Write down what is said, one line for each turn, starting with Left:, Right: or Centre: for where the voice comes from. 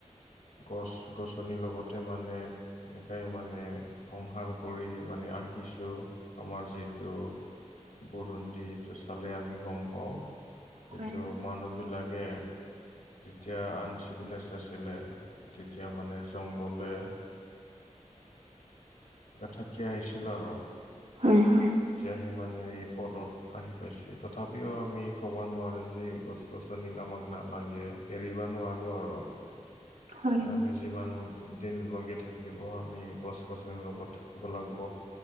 Left: গছ -গছনিৰ লগতে মানে সেনেকাই মানে সংসাৰ কৰি মানে আহিছোঁ আমাৰ যিটো বৰণ যিটো চালে আমি গম পাওঁ
Right: হয়
Left: এইটো মানুহ বিলাক গে যেতিয়া আনচিভিলাইজ আছিলে তেতিয়া মানে জংঘলে
Right: <inaudible>
Left: থাকি আহিছিল আৰু।
Right: হয় হয়।
Left: এতিয়াহে মানে এই পদত আহি পাইছে তথাপিও আমি ক'ব নোৱাৰোঁ যে গছ - গছনিক আমাক নালাগে এৰিব নোৱাৰোঁ আৰু আমি।
Right: হয়
Left: মানে আমি যিমান দিন লকে থাকিব আমি গছ - গছ লগত থাকিব লাগিব